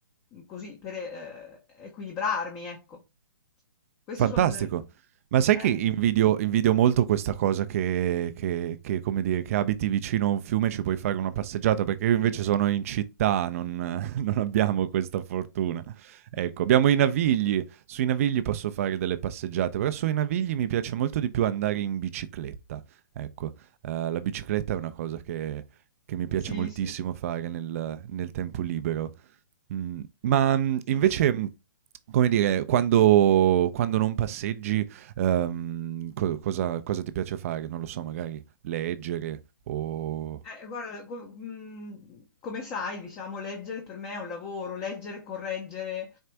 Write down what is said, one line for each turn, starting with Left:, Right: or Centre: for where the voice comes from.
Left: così per eh, equilibrarmi, ecco. Queste
Right: Fantastico.
Left: sono...
Right: Ma sai
Left: eh,
Right: che invidio invidio molto questa cosa che che che, come dire, che abiti vicino a un fiume e ci puoi fare una passeggiata, perché io invece sono in città, non <laughs> non abbiamo questa fortuna. Ecco, abbiamo i Navigli, sui Navigli posso fare delle passeggiate, però sui Navigli mi piace molto di più andare in bicicletta, ecco. Uhm, la bicicletta è una cosa che che mi piace
Left: sì,
Right: moltissimo
Left: sì.
Right: fare nel nel tempo libero. Mhmm, ma, mhmm,
Left: sì,
Right: invece
Left: sì.
Right: mm, come dire, quando quando non passeggi, ehm, co cosa cosa ti piace fare? Non lo so, magari leggere o,
Left: Eh, guarda, co- mh, come sai, diciamo, leggere per me è un lavoro, leggere, correggere,